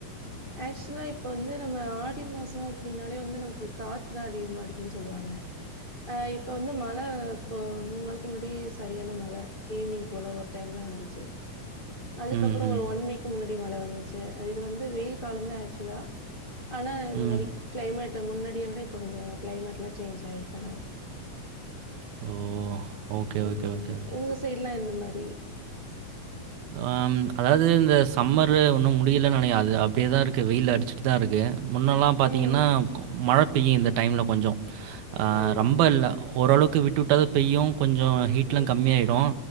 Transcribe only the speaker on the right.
<inaudible>
ம்ஹ்ம்.
ம்.
ம்.
ஓ ஓகே,
ஓகே, ஓகே, ஓகே.
ஆம் அதாது இந்த சம்மரு உன்னு முடியல நெனைய அது அப்டேதா இருக்கு வெயில் அடிச்சிட்டுதாருக்கு முன்னெல்லா பாத்தீங்கன்னா
மழ பெய்யு இந்த டைமில கொஞ்சோ ஆ
ரொம்ப இல்ல ஓரளவுக்கு விட்டு விட்டாது பெய்யு கொஞ்சோ ஹீட்லா
கம்மியாயிடு